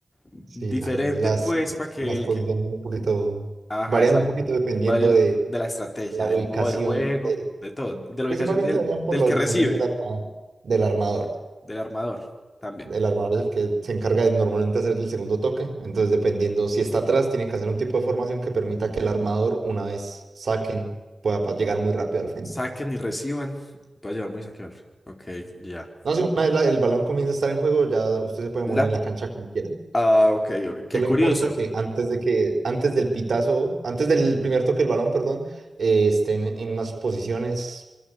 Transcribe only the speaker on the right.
sí, la- las,
las
posiciones
un poquito,
varían
un poquito dependiendo
de
la
ubicación
del,
principalmente
varían por
la
ubicación
del arma- del armador.
El armador es el que se encarga de normalmente hacer el segundo toque, entonces dependiendo si está atrás, tienen que hacer un tipo de formación que permita que el armador, una vez saquen, pueda pa- llegar muy rápido al frente.
No, si una vez la- el balón comienza a estar en juego, ya usted se puede
mover en
la cancha como quiera.
Solo
importa que antes de que, antes del pitazo, antes del primer toque del balón, perdón, eh, estén en unas posiciones